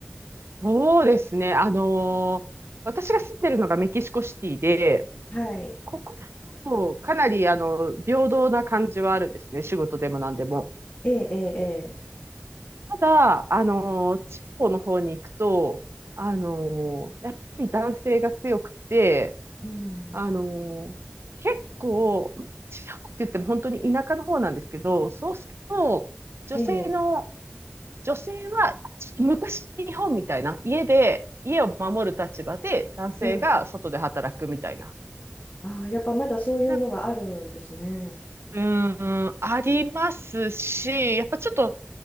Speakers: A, on the right (about 85°); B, on the left (about 50°).
A: そうですね。あのー私が住んでるのがメキシコシティで、
B: はい、
A: ここだとかなり、あの、平等な感じはあるんですね。仕事でも何でも。
B: ええええええ
A: ただ、あのー地方の方に行くと、あのーやっぱり男性が強くて、
B: うん、
A: あのー結構、地方って言っても本当に田舎の方なんですけど、そうすると、女性の
B: ええ、
A: 女性は昔日本みたいな家で家を守る立場で男性が外で働くみたいな。
B: ええ、ああ、やっぱまだそういうのがあるんですね。
A: なんかうーん、ありますし、やっぱちょっと